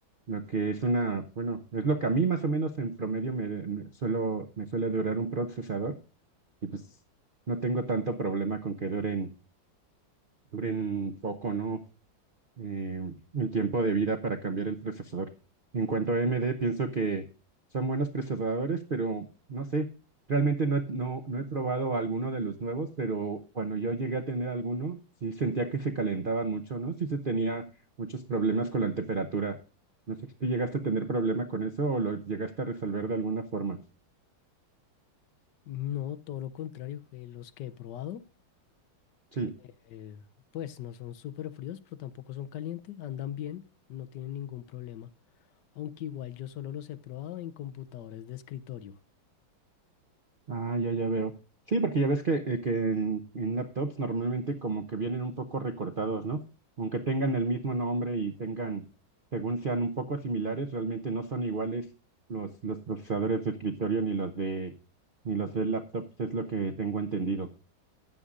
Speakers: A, on the right; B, on the left.
A: lo que es una, bueno, es lo que a mí más o menos en promedio me, me suelo, me suele durar un procesador y pues no tengo tanto problema con que duren duren poco, ¿no? eh, el tiempo de vida para cambiar el procesador. En cuanto a AMD, pienso que son buenos procesadores, pero no sé, realmente no, he- no, no he probado alguno de los nuevos, pero cuando yo llegué a tener alguno, sí sentía que se calentaban mucho, ¿no? Sí se tenía muchos problemas con la temperatura. No sé si tú llegaste a tener problema con eso o lo llegaste a resolver de alguna forma.
B: No, todo lo contrario, eh, los que he probado,
A: Sí.
B: eh, pues no son súper fríos, pero tampoco son calientes, andan bien, no tienen ningún problema. aunque igual yo solo los he probado en computadores de escritorio.
A: Ah, ya, ya veo. Sí, porque ya ves que, eh, que en, en laptops normalmente como que vienen un poco recortados, ¿no? Aunque tengan el mismo nombre y tengan, según sean un poco similares, realmente no son iguales los, los procesadores de escritorio ni los de, ni los de laptops, es lo que tengo entendido.